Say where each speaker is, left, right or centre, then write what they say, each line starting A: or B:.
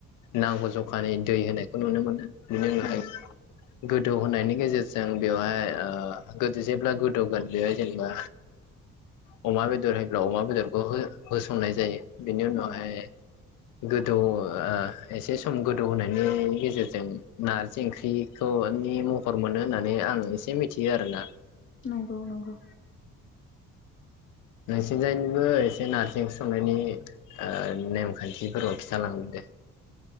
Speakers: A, on the left; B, on the left.
A: नांगौ ज' खानि दै होनायखौ नुनो मोनो।
B: औ
A: <inaudible> गोदौ होनायनि गेजेरजों बेवहाय ओ गोदो जेब्ला गोदौगोन बेवहाय जेनेबा ओ अमा बेदर होयोब्ला अमा बेदरखौ हो होसननाय जायो। बेनिउनावहाय
B: औ
A: गोदौ ओ एसे सम गोदौ होनायनि गेजेरजों नारजि ओंख्रिखौनि महर मोनो होननानै आं एसे मिथियो आरोना।
B: नंगौ नंगौ
A: नोंसिनजायनिबो एसे नारजि ओंख्रि संनायनि ओ नेमखान्थिफोरखौ खिथालांदो दे।